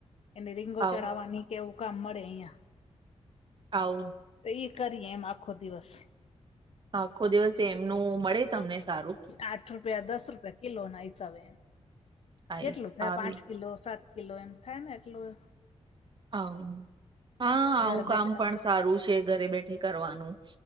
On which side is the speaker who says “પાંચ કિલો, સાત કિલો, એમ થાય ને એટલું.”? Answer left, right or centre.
Left